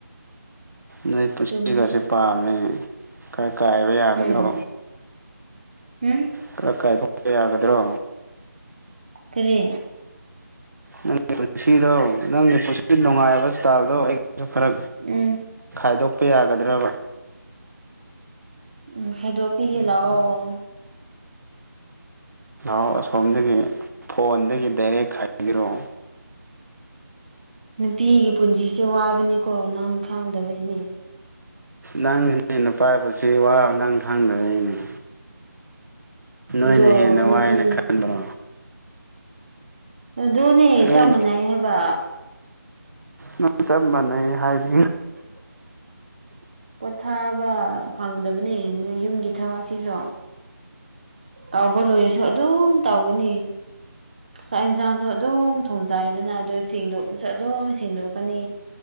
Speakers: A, on the right (about 60°); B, on the right (about 25°).
A: ꯅꯣꯏ ꯄꯨꯟꯁꯤꯁꯤꯒꯁꯤꯦ
B: ꯆꯨꯝꯗꯦ
A: ꯄꯥꯝꯃꯦ ꯈꯔ ꯀꯥꯏꯕ ꯌꯥꯒꯗꯣ
B: ꯎꯝ ꯎꯝ
A: ꯈꯔ ꯀꯥꯏꯊꯄ ꯌꯥꯒꯗ꯭ꯔꯣ
B: ꯀꯔꯤ
A: ꯅꯪꯒꯤ ꯄꯨꯟꯁꯤꯗꯣ ꯅꯪꯒꯤ ꯄꯨꯟꯁꯤ ꯅꯨꯡꯉꯥꯏꯕ ꯏꯁꯇꯥꯏꯜꯗꯣ ꯑꯩꯒꯤꯁꯨ ꯈꯔ
B: ꯎꯝ
A: ꯈꯥꯏꯗꯣꯛꯄ ꯌꯥꯒꯗ꯭ꯔꯕ
B: ꯎꯝ ꯈꯥꯏꯗꯣꯛꯄꯤꯒꯦ ꯂꯥꯛꯑꯣ
A: ꯅꯍꯥꯛ ꯑꯁꯣꯝꯗꯒꯤ ꯐꯣꯟꯗꯒꯤ ꯗꯥꯏꯔꯦꯛ ꯈꯥꯏꯕꯤꯔꯛꯑꯣ
B: ꯅꯨꯄꯤꯒꯤ ꯄꯨꯟꯁꯤꯁꯦ ꯋꯥꯕꯅꯤꯀꯣ ꯅꯪ ꯈꯥꯡꯗꯕꯩꯅꯦ
A: ꯅꯪꯁꯨꯅꯦ ꯅꯨꯄꯥ ꯄꯨꯟꯁꯤ ꯋꯥ ꯅꯪ ꯈꯪꯗꯕꯩꯅ‌ꯦ ꯅꯣꯏꯅ
B: ꯑꯗꯣ
A: ꯍꯦꯟꯅ
B: ꯅꯨꯄꯤ
A: ꯋꯥꯏ ꯍꯥꯏꯅ ꯈꯟꯕ꯭ꯔꯣ
B: ꯑꯗꯨꯅꯦ
A: ꯅꯣꯏ
B: ꯆꯞ ꯃꯥꯟꯅꯩ ꯍꯥꯏꯕ
A: ꯅꯪ ꯆꯞ ꯃꯥꯟꯅꯩ ꯍꯥꯏꯗꯤ
B: ꯄꯣꯊꯥꯕ ꯐꯪꯗꯕꯅꯤ ꯅꯣꯏ ꯌꯨꯝꯒꯤ ꯊꯕꯛꯁꯤꯁꯨ ꯇꯧꯕ ꯂꯣꯏꯔꯁꯨ ꯑꯗꯨꯝ ꯇꯧꯒꯅꯤ ꯆꯥꯛ ꯏꯟꯁꯥꯡꯁꯨ ꯑꯗꯨꯝ ꯊꯣꯡ ꯆꯥꯏꯗꯅ ꯑꯗꯣ ꯁꯦꯡꯗꯣꯛꯄꯁꯨ ꯑꯗꯨꯝ ꯁꯦꯡꯗꯣꯛꯀꯅꯤ